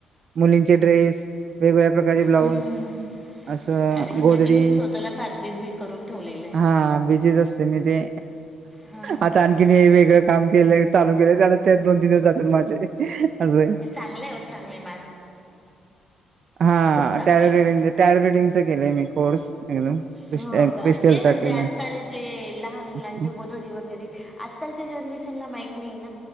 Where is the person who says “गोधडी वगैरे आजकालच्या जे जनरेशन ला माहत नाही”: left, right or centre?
Centre